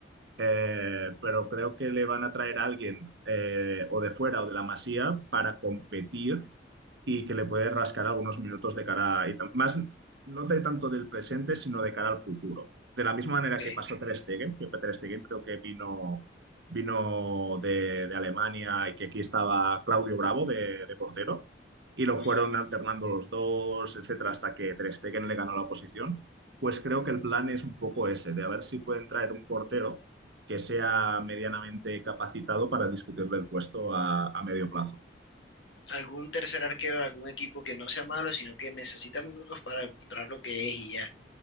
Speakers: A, on the right; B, on the left.
A: Eh, pero creo que le van a traer a alguien eh, o de fuera o de la Masía para competir y que le puede rascar algunos minutos de cara, y más no de tanto del presente, sino de cara al futuro. De la misma manera
B: ok.
A: que pasó Ter Stegen, que Ter Stegen creo que vino, vino de, de Alemania y que aquí estaba Claudio Bravo de, de portero, y lo fueron
B: Ujú.
A: alternando los dos, etcétera, hasta que Ter Stegen le ganó la posición. Pues creo que el plan es un poco ese, de a ver si pueden traer un portero que sea medianamente capacitado para discutirle el puesto a a medio plazo.
B: ¿Algún tercer arquero de algún equipo que no sea malo, sino que necesita minutos para demostrar lo que es y ya?